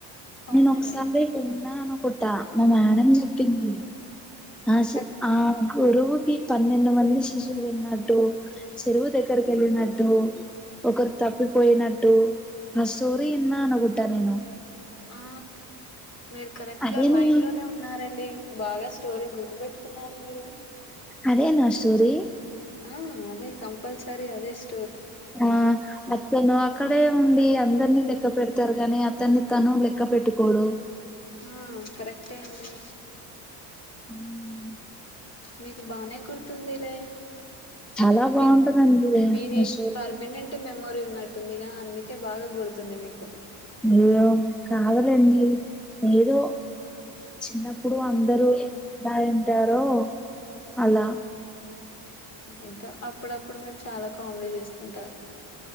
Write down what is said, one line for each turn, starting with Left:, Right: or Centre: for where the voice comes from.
Left: అవునండి
Centre: నేను ఒకసారి విన్నా అనుకుంటా మా మ్యాడమ్ చెప్పింది ఆ షి
Left: అద్
Centre: ఆ గురువుకి పన్నెండు మంది శిష్యులు ఉన్నట్టు చెరువు దగ్గరికేళ్ళినట్టు ఒకరు తప్పిపోయినట్టు ఆ స్టోరీ ఇన్నా అనుకుంటా నేను
Left: ఆ మీరు కరెక్ట్
Centre: అదేని
Left: ల లైన్ లోనే ఉన్నారండి బాగా స్టోరీ గుర్తు పెట్టుకున్నారు మీరు
Centre: అదేనా స్టోరీ
Left: ఆ అదే కంపల్సరి అదే స్
Centre: ఆ అక్క నో అక్ అక్కడే ఉండి అందరినీ లెక్క పెడతారు గానీ అతన్ని తను లెక్క పెట్టుకోడు
Left: ఆ కరెక్టే అండి
Centre: హ్
Left: మీకు బానే గుర్తుందిలే
Centre: చాలా బాగుంటదండి
Left: మీది మీది
Centre: అసలు
Left: పర్మినెంట్ మేమ్ మోరి ఉన్నట్టుందిగా అందుకే బాగా గుర్తుంది మీకు
Centre: అయ్యో కాదులేండి ఏదో చిన్నప్పుడు అందరు ఎలా వింటారో అలా
Left: ఇంట అప్పుడప్పుడు మీరు చాలా కామెడీ చేస్తుంటారు